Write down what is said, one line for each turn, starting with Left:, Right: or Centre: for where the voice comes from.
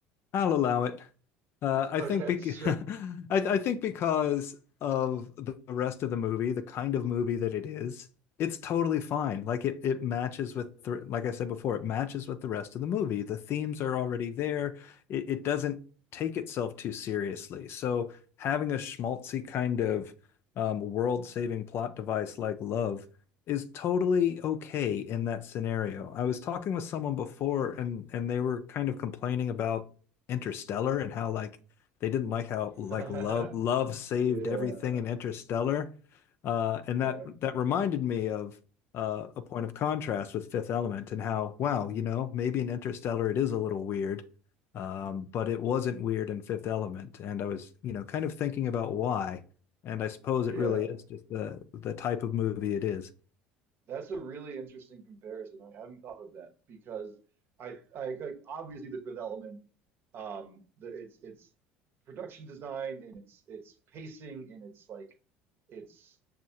Left: i'll allow it Uh, I
Right: Okay,
Left: think bec
Right: <laughs> sure.
Left: <laughs> I, I think because of the rest of the movie, the kind of movie that it is, it's totally fine. Like it it matches with the, like I said before, it matches with the rest of the movie. The themes are already there. It it doesn't take itself too seriously. So having a schmaltzy kind of um, world-saving plot device like Love is totally okay in that scenario. I was talking with someone before and and they were kind of complaining about Interstellar and how like they didn't like how
Right: <laughs>
Left: like love love saved
Right: Yeah.
Left: everything in Interstellar. Uh,
Right: Yeah.
Left: and that that reminded me of uh, a point of contrast with Fifth Element and how, wow, you know, maybe in Interstellar it is a little weird, um, but it wasn't weird in Fifth Element. And I was, you know, kind of thinking about why. And I suppose it
Right: Yeah,
Left: really is just the the type of movie it is.
Right: that's a really interesting comparison. I hadn't thought of that because I, I like obviously the Fifth Element, um, the it's it's production design and it's it's pacing and it's like it's